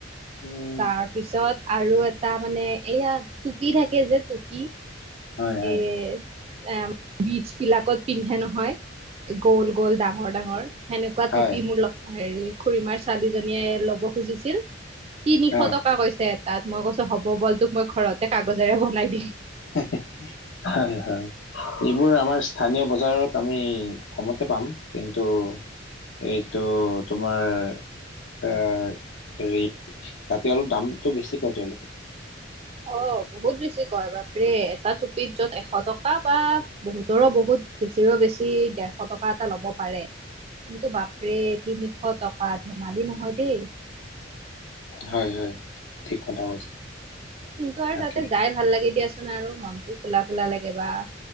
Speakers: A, on the left; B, on the right.
A: উম,
B: তাৰ পিছত আৰু এ - তাৰ মানে এইয়া টুপি থাকে যে টুপি
A: হয়, হয়।
B: এ - এ বীজ বিলাকত পিন্ধে নহয় গ'ল গ'ল ডাঙৰ ডাঙৰ - সেনেকুৱা
A: হয়,
B: টুপি মোৰ ল হেৰি খুড়ীমাৰ ছোৱালীজনীয়ে ল'ব খুজিছিল - তিনিশ
A: অ'।
B: টকা কৈছে এটাত, মই কৈছো হ'ব বল তোক মই ঘৰতে কাগজেৰে বনাই দিম।
A: হয়, হয়। যিবোৰ আমাৰ স্থানীয় বজাৰত আমি কমতে পাম, কিন্তু - এইটো তোমাৰ - এ হেৰি তাতে অলপ দামটো বেছি কয় তেওঁলোকে।
B: অ বহুত বেছি কয় বাপৰে এটা টুপিত যত এশ টকা বা বহুতৰো বহুত - বেছিৰো বেছি ডেৰশ টকা এটা ল'ব পাৰে। কিন্তু বাপৰে তিনিশ টকা ধেমালি নহয় দেই।
A: হয় হয়। ঠিক কথা কৈছা।
B: কিন্তু আৰু
A: তাকে।
B: তাতে যাই ভাল লাগে দিয়াচোন আৰু মনত খোলা খোলা লাগে বা -